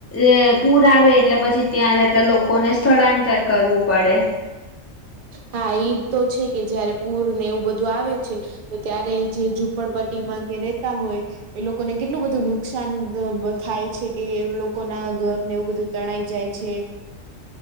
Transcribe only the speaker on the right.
હા ઈ તો છે કે જયારે પૂર ને એઉ બધું આવે છે તો ત્યારે એ જે ઝૂપડપટ્ટી માં કે રેતા હોય એ લોકોને કેટલું બધું નુકસાન દ બ થાય છે કે લોકો ના ઘરને એવું બધું તણાય જાય છે.